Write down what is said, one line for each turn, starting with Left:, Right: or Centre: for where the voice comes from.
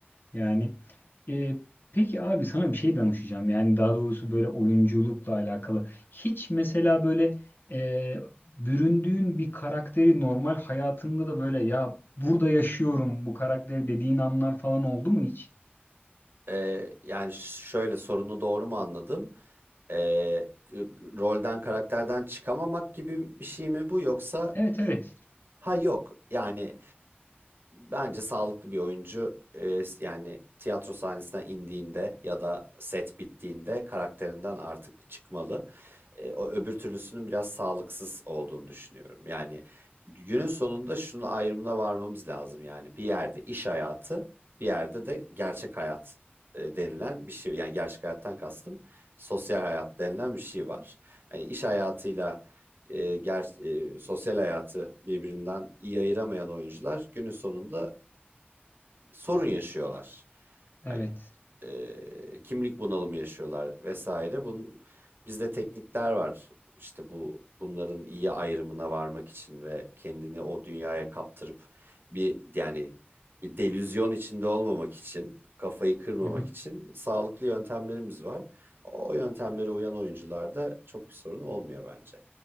Left: Yani e, peki abi sana bir şey danışacağım. Yani daha doğrusu böyle oyunculukla alakalı. Hiç mesela böyle e, büründüğün bir karakteri normal hayatında da böyle ya burada yaşıyorum bu karakteri dediğin anlar falan oldu mu hiç?
Right: Ee, yani ş- şöyle sorunu doğru mu anladım? Ee, rolden, karakterden çıkamamak gibi bir şey mi bu yoksa
Left: Evet evet.
Right: Ha yok yani bence sağlıklı bir oyuncu e, yani tiyatro sahnesinden indiğinde ya da set bittiğinde karakterinden artık çıkmalı. E, o öbür türlüsünün biraz sağlıksız olduğunu düşünüyorum. Yani günün sonunda şunun ayrımına varmamız lazım yani bir yerde iş hayatı bir yerde de gerçek hayat e, denilen bir şey yani gerçek hayattan kastım sosyal hayat denilen bir şey var. Hani iş hayatıyla e, ger- e, sosyal hayatı birbirinden iyi ayıramayan oyuncular günün sonunda sorun yaşıyorlar.
Left: Evet.
Right: Hani e, kimlik bunalımı yaşıyorlar vesaire. Bunun, bizde teknikler var. İşte bu bunların iyi ayrımına varmak için ve kendini o dünyaya kaptırıp bir yani bir delüzyon içinde olmamak için, kafayı kırmamak
Left: Hı hı.
Right: için sağlıklı yöntemlerimiz var. O yöntemlere uyan oyuncularda çok bir sorun olmuyor bence.